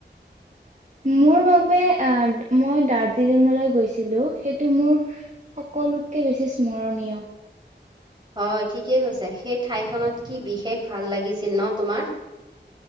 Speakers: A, on the right; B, on the right.
A: মোৰ বাবে মই দাৰ্জিলিঙলৈ গৈছিলো, সেইটো মোৰ সকলোতকে বেছি স্মৰণীয়।
B: হয়' ঠিকে কৈছা, সেই ঠাইখনত কি বিশেষ ভাল লাগিছিল ন তোমাৰ?